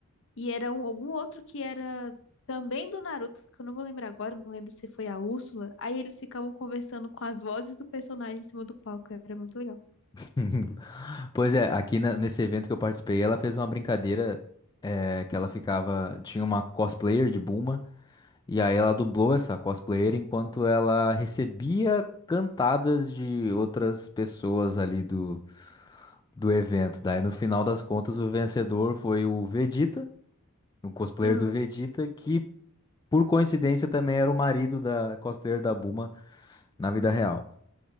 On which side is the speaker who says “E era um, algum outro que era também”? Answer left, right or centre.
Left